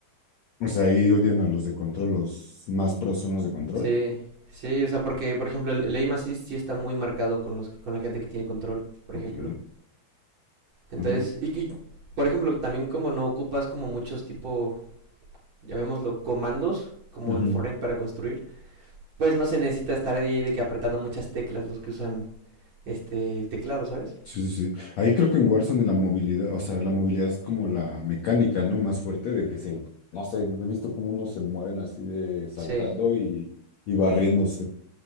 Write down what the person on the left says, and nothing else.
O sea, ahí odian a los de control, los más pros son los de control.
Ok,
no manches.
Ujú.
Sí, sí, sí. Ahí creo que en Warzone la movilidad, o sea, la movilidad es como la mecánica, ¿no? Más fuerte de que se, no sé, he visto cómo unos se mueven así de saltando
y, y barriéndose.